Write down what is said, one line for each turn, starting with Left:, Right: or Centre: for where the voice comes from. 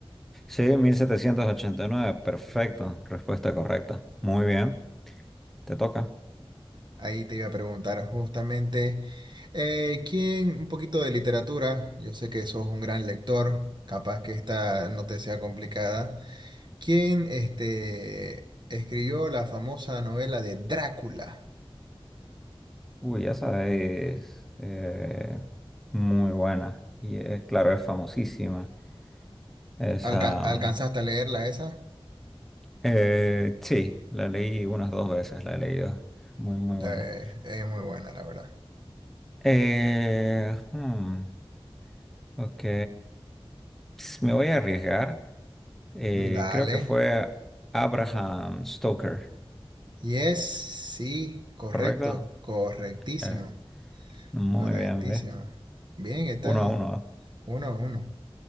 Centre: Sí, 1789. Perfecto. Respuesta correcta. Muy bien. Te toca.
Right: Ahí te iba a preguntar justamente, eh, ¿quién, un poquito de literatura, yo sé que sos un gran lector, capaz que esta no te sea complicada, ¿quién este, escribió la famosa novela de Drácula?
Centre: Uy, esa es eh, muy buena. Y es, claro, es famosísima. Esa.
Right: Alca- ¿alcanzaste
Centre: mm,
Right: a leerla esa?
Centre: Eh, sí, la leí unas dos veces, la he leído. Muy, muy buena.
Right: Eh, es muy buena, la verdad.
Centre: Eh, hmm, ok. Ps, Me voy a arriesgar. Eh,
Right: Dale.
Centre: creo que fue Abraham Stoker,
Right: Yes, sí, correcto,
Centre: ¿correcto?
Right: correctísimo,
Centre: Eh, muy
Right: correctísimo.
Centre: bien, ve.
Right: Bien, está
Centre: Uno a uno,
Right: uno a uno.